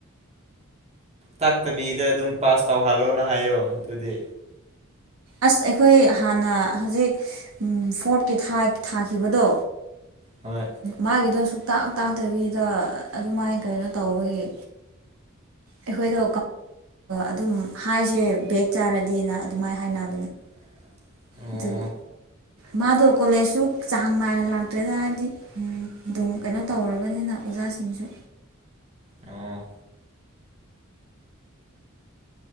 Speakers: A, on the right; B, on the right.
A: ꯇꯥꯛꯇꯕꯤꯗ ꯑꯗꯨꯝ ꯄꯥꯁ ꯇꯧꯍꯜꯂꯣꯅ ꯍꯥꯏꯌꯣ ꯑꯗꯨꯗꯤ
B: ꯑꯁ ꯑꯩꯈꯣꯏ ꯍꯥꯟꯅ ꯍꯧꯖꯤꯛ ꯐꯣꯔꯠꯀꯤ ꯊꯥꯈꯤꯕꯗꯣ
A: ꯍꯣꯏ
B: ꯃꯥꯒꯤꯗꯣ ꯁꯨꯛꯇꯥꯛ ꯇꯥꯛꯇꯕꯤꯗ ꯑꯗꯨꯃꯥꯏꯅ ꯀꯩꯅꯣ ꯇꯧꯕꯒꯤ ꯑꯩꯈꯣꯏꯗꯣ ꯑꯗꯨꯝ ꯍꯥꯏꯁꯦ ꯕꯦꯛ ꯆꯥꯔꯗꯤꯅ ꯑꯗꯨꯃꯥꯏ ꯍꯥꯏꯅ
A: <unintelligible> ꯑꯣ
B: ꯑꯗꯨ ꯃꯥꯗꯣ ꯀꯣꯂꯦꯖꯁꯨ ꯆꯥꯡ ꯅꯥꯏꯅ ꯂꯥꯛꯇ꯭ꯔꯦꯗ ꯍꯥꯏꯕꯗꯤ ꯎꯝ ꯑꯗꯨꯝ ꯀꯩꯅꯣ ꯇꯧꯔꯕꯅꯤꯅ ꯑꯣꯖꯥꯁꯤꯡꯁꯨ
A: ꯑꯣ